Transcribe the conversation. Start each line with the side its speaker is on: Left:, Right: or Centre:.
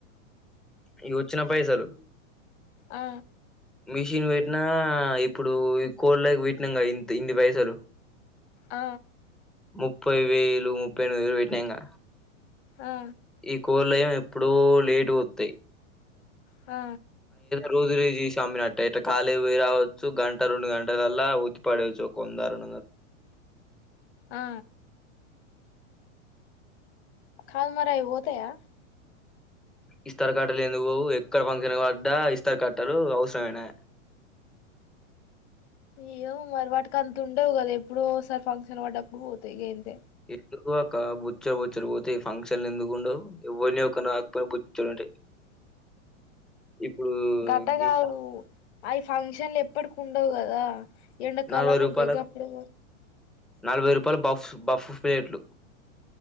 Centre: ఇగ వచ్చిన పైసలు
Left: ఆ
Centre: మిషన్ పెట్టినా ఇప్పుడు కోల్ క్ పెట్టినాం ఇంత ఇన్ని పైసలు
Left: ఆ
Centre: ముప్పై వేలు ముప్పై ఎనిమిది వేలు పెట్నాఇక
Left: ఆ
Centre: ఈ కోలయం ఎప్పుడూ లేటు వతాయి
Left: ఆ
Centre: రోజు రేజీ స్వామినట్ట ఇ ళీ పోయి రావచ్చు గంట రెండు గంటలలా ఒత్తిపడేవచ్చు వంద రెండువందాలు
Left: ఆ కాల మరాయి పోతేయా
Centre: ఇస్తర కట్టలు ఎందుకు ఎక్కడ ఫంక్షన్ పడ్డా ఇస్తరు కట్టలు అవసరమనా
Left: అయ్యో మరి వాటికి అంత ఉండేవు కదా ఎప్పుడో సారి ఫంక్షన్ పడ్డప్పుడు పోతాయి గ అంతే
Centre: ఇ ఒక బుచ్చలు బుచ్చడి పోతే ఫంక్షన్ ఎందుకుండు ఎవరినిని రాకపోయినా బుచ్చలు ఉంటాయి ఇప్పుడు
Left: గటగావు
Centre: గీ షా-
Left: అవి ఫంక్షన్లు ఎప్పటికి ఉండవు కదా ఎండాకాలాలు
Centre: నలభై రూపాయలకు
Left: ఉంటాయి గప్పుడు
Centre: నలభై రూపాయల బఫ్ బఫ్ ప్లేట్లు